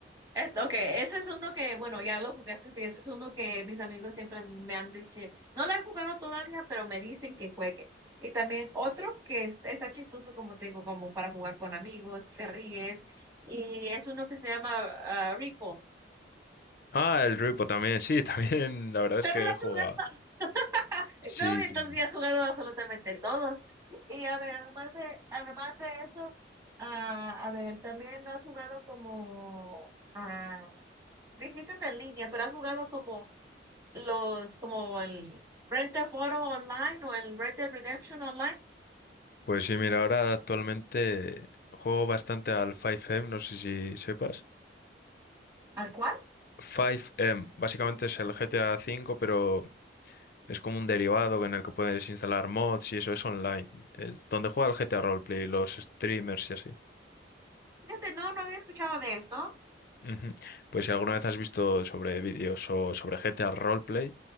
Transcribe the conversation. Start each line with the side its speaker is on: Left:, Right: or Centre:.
Right: Eh, Ok, ese es uno que, bueno, ya lo jugaste, pero ese es uno que mis amigos siempre me han dicho, no lo he jugado todavía, pero me dicen que juegue. Y también otro que es- está chistoso, como te digo, como para jugar con amigos, te ríes, y es uno que se llama ah, Repo.
Left: Ah, el Ruipo también, sí, <laughs> también. La verdad es
Right: También
Left: que
Right: lo
Left: he
Right: has
Left: jugado.
Right: jugado, <laughs>
Left: Sí,
Right: ¿no? Entonces
Left: sí, sí.
Right: ya has jugado absolutamente todos. Y a ver, además de, además de eso, ah, a ver, también has jugado como, ah, dijiste en línea, pero has jugado como... los como el Grand Theft Auto Online o el Red Dead Redemption Online.
Left: Pues sí, mira, ahora actualmente juego bastante al 5M, no sé si sepas.
Right: ¿Al cual?
Left: 5M, básicamente es el GTA V, pero es como un derivado en el que puedes instalar mods y eso es online. Es donde juega el GTA Roleplay, los streamers y así.
Right: Fíjate, no, no había escuchado de eso.
Left: Ujú. Pues si alguna vez has visto sobre vídeos o sobre GTA Roleplay,